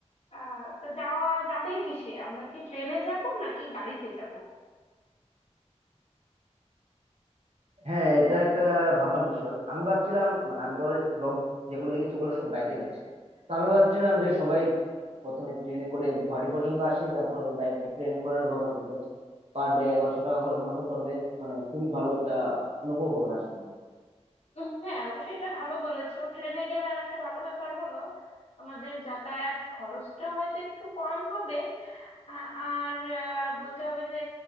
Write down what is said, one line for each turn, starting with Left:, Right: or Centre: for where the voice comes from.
Left: আহ তা যাওয়া যাবে কিসে আমরা কি ট্রেনে যাব নাকি গাড়িতে যাব
Right: হ্যাঁ এটা একটা ভাববার বিষয় আমি ভাবছিলাম মানে আমি তো ব্লগ যেগুলো দেখেছি ওগুলো সব বাইকে যাচ্ছে তো আমি ভাবছিলাম যে সবাই প্রথমে ট্রেনে করে গুয়াহাটি পর্যন্ত আসি তারপরে বাইক ট্রেন করে নেবো ওখান থেকে পার ডে এগারোশো টাকা করে মনে হয় পড়বে মানে খুবই ভালো একটা অনুভব হবে আশা করি
Left: উম, হ্যাঁ অবশ্যই এটা ভালো বলেছো ট্রেনে গেলে আর একটা ভালো ব্যাপার হলো আমাদের যাতায়াত খরচটাও হয়তো একটু কম হবে আ- আর আহ, বলতে হবে যে